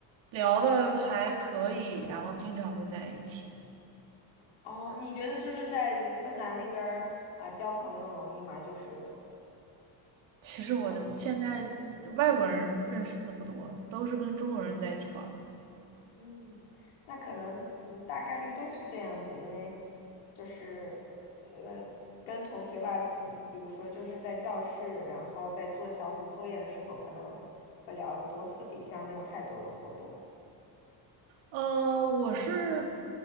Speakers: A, on the right; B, on the left.
A: 聊的还可以，然后经常会在一起。
B: 哦，你觉得就是在芬兰那边儿啊，交朋友容易吗？就是
A: 其实我的现在外国人认识的不多，
B: 相比国内，
A: 都是跟中国人在一起玩儿。
B: 嗯，那可能嗯大概率都是这样子，因为就是呃跟同学吧，嗯，比如说就是在教室，然后在做小组作业的时候，可能会聊得多，私底下没有太多的互动。
A: 呃，我是，